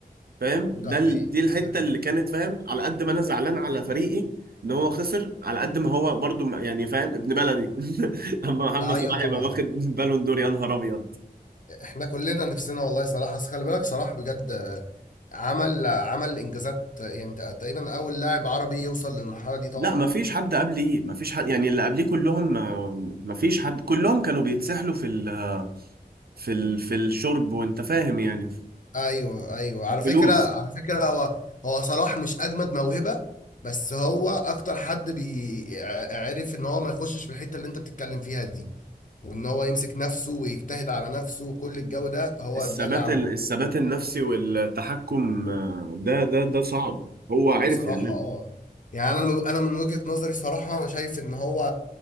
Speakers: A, on the right; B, on the left.
A: فاهم ده
B: ده حقيقي
A: ال- دي الحته
B: ده
A: اللي كانت فاهم على قد ما انا زعلان على فريقي ان هو خسر على قد ما هو برضو م- يعني فاهم ابن بلدي <laughs> اما محمد
B: ايوه
A: صلاح
B: طبعا
A: يبقى واخد بالون دور يا نهار ابيض
B: احنا كلنا نفسنا والله صلاح اصل خلي بالك صلاح بجد آه، عمل عمل انجازات آه، يعني تق- تقريبا اول لاعب عربي يوصل للمرحله دي طبعا
A: لا ما فيش حد قبلي ما فيش حد يعني اللي قبليه كلهم ما ما فيش حد كلهم كانوا بيتسحلوا في ال في ال في الشرب وانت فاهم يعني
B: ايوه ايوه على فكره
A: فلوس
B: على فكره هو هو صلاح مش اجمد موهبه بس هو اكتر حد بيعرف ان هو ما يخشش في الحته اللي انت بتتكلم فيها دي وان هو يمسك نفسه ويجتهد على نفسه وكل الجو ده هو
A: الثبات
B: ده اللي عمل
A: الثبات النفسي والتحكم آه، ده ده ده صعب هو عرف
B: بصراحة
A: يعمله
B: اه يعني انا من انا من وجهة نظري صراحة انا شايف ان هو